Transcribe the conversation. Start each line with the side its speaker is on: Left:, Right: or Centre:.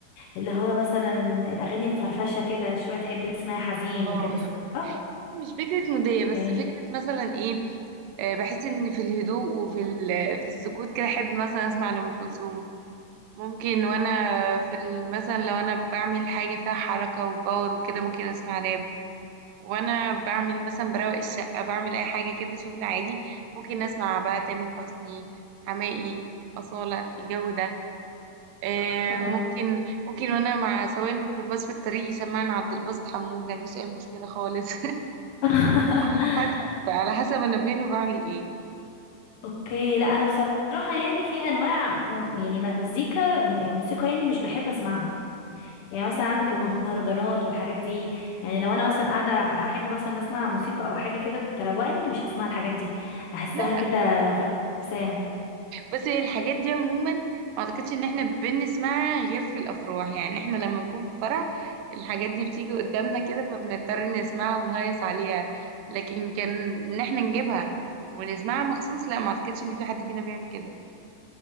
Left: اللي هو مثلا الاغاني الفرفشة كده شوية تحبي تسمعي حزين
Right: آه،
Left: وكده صح
Right: مش فكره موديه
Left: اوكي
Right: بس فكره مثلا ايه آه، بحس ان في الهدوء وفي ال... في السكوت كده احب مثلا اسمع لأم كلثوم ممكن وانا في ال- مثلا لو انا بعمل حاجة فيها حركة وباور وكده ممكن اسمع راب وانا بعمل مثلا بروق الشقة بعمل اي حاجة كده شغل عادي ممكن اسمع بقى تامر حسني حماقي أصالة الجو ده آه،
Left: اه
Right: ممكن ممكن وانا مع سواق الميكروباص في الطريق يسمعني عبد الباسط حمود مفيش اي مشكلة خالص
Left: <laughs>
Right: <laughs> حسب على حسب انا فين وبعمل ايه
Left: اوكي لا انا بصراحة يعني في انواع م- يعني مزيكا م- يعني موسيقى يعني مش بحب اسمعها يعني مثلا عندك المهرجانات والحاجات دي يعني لو انا مثلا قاعدة هحب مثلا اسمع موسيقى او حاجة كده تروقني مش هسمع الحاجات دي احسها
Right: لا
Left: كده فكسانة
Right: بصي الحاجات دي عموما ما اعتقدش ان احنا بنسمعها غير في الافراح يعني احنا لما نكون في فرح الحاجات دي بتيجي قدامنا كده فبنضطر نسمعها ونهيص عليها لكن كان ان احنا نجيبها ونسمعها مخصوص لا ما اعتقدش ان في حد فينا بيعمل كده